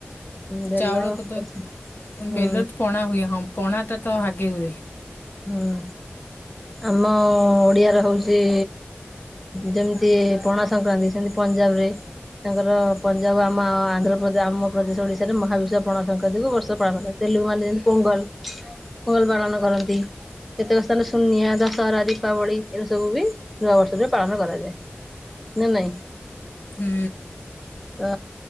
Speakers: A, in the centre; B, on the left (about 55°).
A: ବେଲ
B: ଚାଉଳକୁ ତ
A: ଏସବୁ ହୁଁ
B: ବେଲ ପଣା ହୁଏ ହଁ ପଣା ଟା ତ ଆଗେ ହୁଏ।
A: ହୁଁ ଆମ ଓଡିଆ ର ହଉଛି ଯେମିତି ପଣା ସଂକ୍ରାନ୍ତି ସେମିନ୍ତି ପଞ୍ଜାବ ରେ ତାଙ୍କର ପଞ୍ଜାବ ଆମ ଆନ୍ଧ୍ରପ୍ରଦେଶ ଆମ ପ୍ରଦେଶ ଓଡିଶାରେ ମହାବିଶ୍ୱ ପଣା ସଂକ୍ରାନ୍ତିକୁ ବର୍ଷ ପାଳନ କରାଯାଏ। ସେ ଲୋକମାନେ ଯେମିତି ପୋଙ୍ଗଲ ପୋଙ୍ଗଲ ପାଳନ କରନ୍ତି। କେତେକ ସ୍ଥାନ ସୁୁନିଆ ଦଶହରା ଦୀପାବଳି ଏରା ସବୁ ବି ନୂଆବର୍ଷରେ ପାଳନ କରାଯାଏ। ନା ନାଇଁ।
B: ହୁଁ।
A: ତ